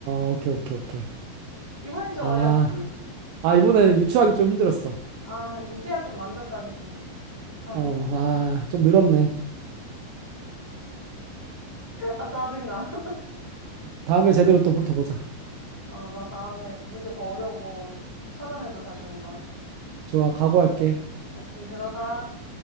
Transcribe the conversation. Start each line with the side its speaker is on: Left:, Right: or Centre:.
Right: 오케이, 오케이, 오케이.
Left: 이번엔 좀
Right: 아,
Left: 어려웠지?
Right: 아, 이번에는 유추하기 좀 힘들었어.
Left: 아, 이제야 좀 만족감이 드네. 아,
Right: 어, 아, 좀 늘었네.
Left: <laughs> 아, 짜증나.
Right: 다음에 제대로 또 붙어보자.
Left: 어, 나 다음에 문제 더 어려운 거 찾아내서 다시 온다.
Right: 좋아, 각오할게.
Left: 오케이, 들어가.